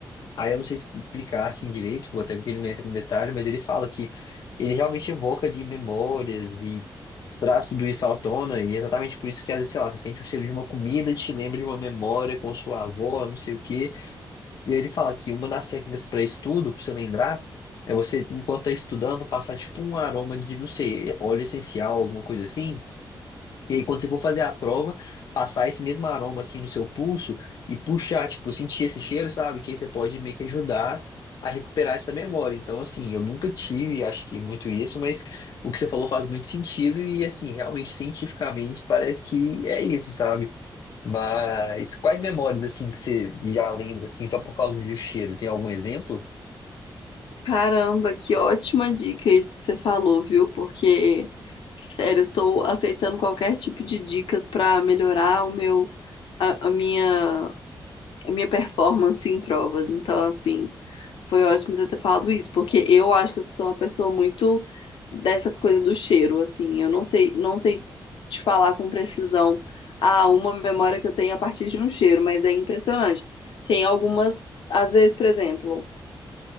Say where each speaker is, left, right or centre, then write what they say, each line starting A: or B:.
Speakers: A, on the left (about 50°); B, on the left (about 80°).
A: Aí eu não sei explicar assim direito, até porque ele não entra no detalhe, mas ele fala que ele realmente evoca ali memórias e traz tudo isso à tona, e é exatamente por isso que, às vezes, sei lá, você sente o cheiro de uma comida, te lembra de uma memória com sua avó, não sei o quê. E aí ele fala que uma das técnicas para estudo, para você lembrar, é você, enquanto está estudando, passar tipo um aroma de, não sei, óleo essencial, alguma coisa assim, e aí, quando você for fazer a prova, passar esse mesmo aroma assim no seu pulso e puxar, tipo, sentir esse cheiro, sabe? Que aí você pode meio que ajudar a recuperar essa memória. Então, assim, eu nunca tive, acho que muito isso, mas o que você falou faz muito sentido e, assim, realmente, cientificamente, parece que é isso, sabe? Mas quais memórias, assim, que você já lembra, assim, só por causa do cheiro? Tem algum exemplo?
B: Caramba, que ótima dica isso que você falou, viu? Porque, sério, eu estou aceitando qualquer tipo de dicas para melhorar o meu, a, a minha, a minha performance em provas. Então, assim, foi ótimo você ter falado isso, porque eu acho que eu sou uma pessoa muito dessa coisa do cheiro, assim. Eu não sei, não sei te falar com precisão a uma memória que eu tenho a partir de um cheiro, mas é impressionante. Tem algumas, às vezes, por exemplo.